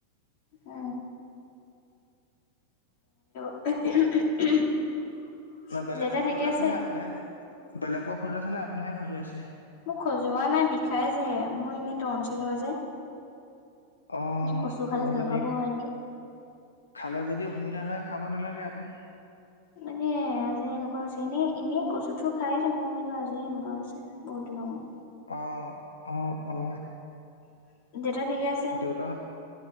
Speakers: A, on the left (about 45°); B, on the left (about 75°).
A: অ। <inaudible>
B: ন বেলেগক
A: দেউতা ঠিকে
B: খজুৱাইছে
A: আছে
B: নে আপুনি বেলেগক খোজুৱাইছে নে আপুনিহে খজুৱাইছে?
A: মোক খজোৱা নাই বিষাইছে হে। মোৰ এনেই টনচিল হয় যে।
B: অ
A: এ কচু খালে
B: তোৰ
A: তেনেকুৱাবোৰ
B: যদি
A: হয় নেকি
B: খালে যদি অসুবিধা হয়। খাব নালাগে আকৌ।
A: মানে আজ যে এনেকুৱা হৈছে এনেই এনেই কচুঠো খাইে থাকো কিন্তু আজিয়ে এনেকুৱা হৈছে বহুত দিনৰ মই
B: অ অ অ
A: <inaudible> আছে
B: দেউতাহতে